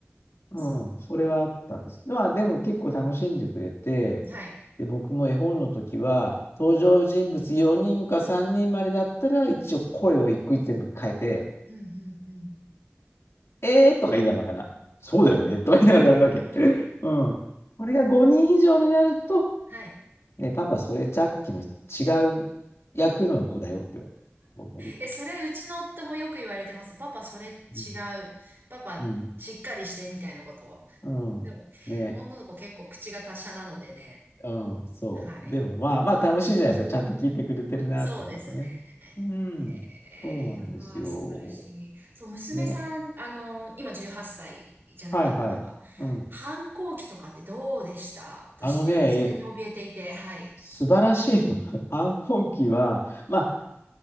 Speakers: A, on the left; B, on the right.
A: うん、
B: そ
A: それはあったです。
B: うね
A: まあ、でも結構楽しんでくれて、
B: はい。
A: で、僕も絵本の時は、登場人物4人か3人までだったら、一応声を一個一個全部変えて、
B: うん、うん、うん。
A: えーとか言いながら、そうだよねとか言いながらやるわけ。<laughs> うん。これが5人以上になると、
B: はい。
A: ね、パパ、それさっきの違う役の子だよって言われる。そうだね
B: え、それ、うちの夫もよく言われてます。パパ、それ違う。
A: うん
B: パパ、
A: うん。
B: しっかりして、みたいなこと
A: うん。
B: でも、
A: ね。
B: 女の子結構口が達者なのでね。
A: うん。そう。
B: はい。
A: でもまあまあ楽しいじゃないですか。ちゃんと聞いてくれてるなと思うとね。
B: そうですね。
A: うん。
B: へ
A: そうなんですよ。
B: え、いやー、素晴らしい。そう、娘さん、
A: ね。
B: あの、今18歳じゃないですか。
A: はいはい。うん。
B: 反抗期とかってどうでした私結構それに怯えていて、
A: あのね、
B: はい。
A: 素晴らしいの反抗期は、ま